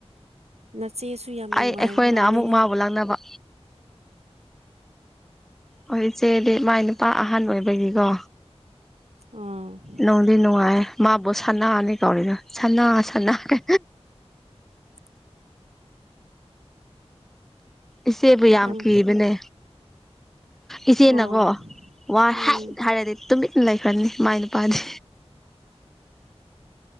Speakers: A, on the right; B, in the centre.
A: ꯅꯆꯦꯁꯨ ꯌꯥꯝ ꯅꯨꯡꯉꯥꯏꯕ
B: ꯑꯩ ꯑꯩꯈꯣꯏꯅ
A: ꯃꯥꯜꯂꯦꯍꯦ
B: ꯑꯃꯨꯛ ꯃꯥꯕꯨ ꯂꯥꯛꯅꯕ ꯍꯣꯏ ꯏꯆꯦꯗꯤ ꯃꯥꯏ ꯅꯨꯄꯥ ꯑꯍꯟ ꯑꯣꯏꯕꯒꯤꯀꯣ
A: ꯑꯥ
B: ꯅꯣꯡꯗꯤꯅꯅꯨꯡꯉꯌꯦ ꯃꯥꯕꯨ ꯁꯥꯟꯅꯥꯉꯅꯦ ꯀꯥꯎꯔꯤꯅ ꯁꯥꯟꯅ ꯁꯥꯟꯅꯔꯦ
A: <unintelligible>
B: ꯏꯆꯦꯕꯨ ꯌꯥꯝ
A: ꯑꯪ
B: ꯀꯤꯕꯅꯦ ꯏꯆꯦꯅꯀꯣ
A: ꯑꯣ
B: ꯋꯥ
A: ꯎꯝ
B: ꯍꯥꯏꯔꯗꯤ ꯂꯥꯏꯐꯅꯤ ꯃꯥꯏ ꯅꯨꯄꯥꯅꯤ